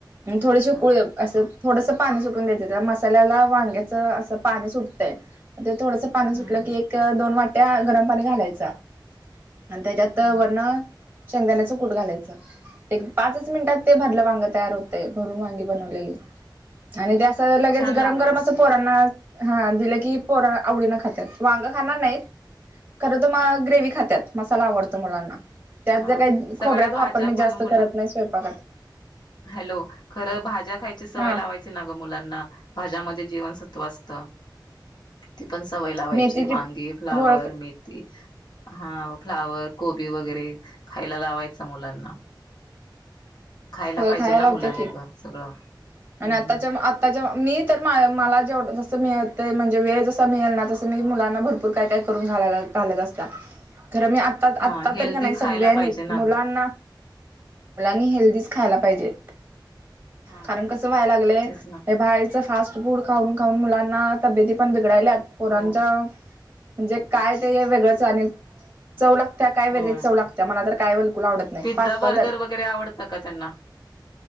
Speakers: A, on the right; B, on the left.
A: थोडेसे
B: हा
A: कुळे असं थोडस पाणी सुटून द्यायच तर मसाल्याला वांग्याच असं पाणी सुटतंय थोडस पाणी
B: हम्म
A: सुटलं
B: हम्म
A: की एक दोन वाट त्या गरम पाणी घालायचा. आणि त्याच्यात
B: हम्म हम्म.
A: वरण शेंगदाण्याच कूट घालायचं. एक पाच मिनिटात ते भरलं वांग तयार होत. भरून वांगी बनवलेली. आणि त्या लगेच
B: छान
A: गरम
B: लागत
A: गरम
B: असेल.
A: असं पोरांना हा दिलं की पोर आवडीन खातात वांग खाणार नाहीत खरं तु मग ग्रेव्ही खात्यात. मसाला आवडतो मुलांना. त्यात
B: हा
A: ज काही खोबऱ्याचा
B: सगळ्या भाज्या
A: वापर मी
B: पण
A: जास्त
B: मुलं
A: करत नाही स्वयंपाकात
B: हॅलो खरं भाज्या खायची सवय
A: हा
B: लावायची ना ग मुलांना भाज्यामध्ये जीवनसत्त्व असत. ती पण सवय लावायची.
A: मेथीची
B: वांगी, फ्लावर,
A: होळ
B: मेथी हा फ्लावर, कोबी वगैरे. खायला लावायचं मुलांना. खायला
A: होय
B: पाहिजे
A: खाया
B: ना
A: लावते
B: मुलांनी
A: की
B: गं सगळं
A: आणि
B: हम्म
A: आताच्या
B: हम्म
A: आताच्या मी तर मा मला जेवढ जस मिळ म्हणजे वेळ जसा मिळेल ना तस मी मुलांना भरपूर काय काय करून घाला घालत असता खरं मी आता
B: हा
A: आत्ता
B: हेल्दी
A: तररी का नाही सगळ्यांनी
B: खायला पाहिजे ना
A: मुलांना
B: गं
A: हेल्दीच खायला पाहिजे
B: हा
A: कारण कसं व्हायला लागलंय
B: तेच ना
A: हे बाहेरच फास्ट फूड खाऊ खऊन मुलांना तब्येती पण बगडालात पोरांचा
B: हो
A: म्हणजे काय ते वेगळंच आणल चव लागत्या काय वेगळीच
B: होय
A: चव लागत्या मला तर काय बोल आवडत नाही
B: पिझ्झा
A: पाच
B: बर्गर
A: दर
B: वगैरे आवडतं का त्यांना?